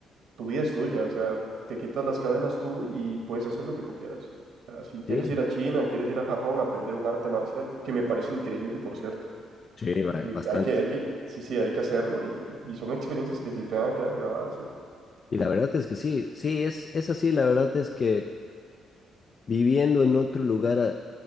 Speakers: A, on the right; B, on the left.
A: Tu vida es tuya, o sea, te quitas las cadenas tú y puedes hacer lo que tú quieras. O sea, si quieres
B: Sí,
A: ir a China, quieres ir a Japón a aprender un arte marcial, que me parece increíble, por cierto.
B: Sí, sí, ba-
A: Eh,
B: bastante.
A: hay que, hay que, sí, sí, hay que hacerlo y, y son experiencias que se te van a quedar grabadas, ¿sí?
B: Y la verdad es que sí, sí, es, es así, la verdad es que viviendo en otro lugar a-